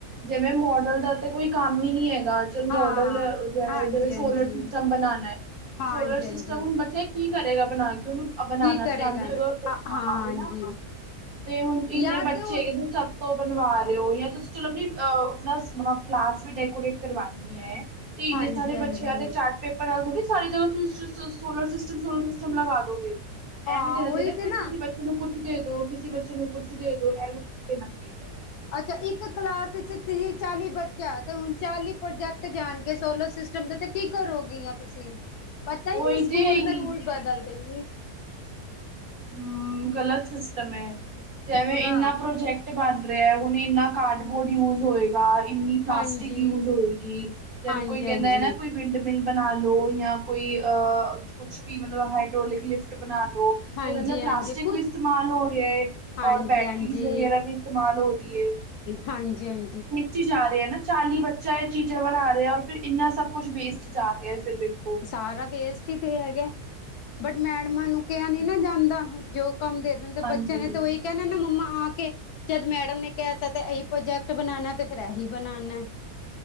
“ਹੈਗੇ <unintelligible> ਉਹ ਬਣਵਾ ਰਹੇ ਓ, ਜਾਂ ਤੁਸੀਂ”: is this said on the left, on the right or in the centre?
Right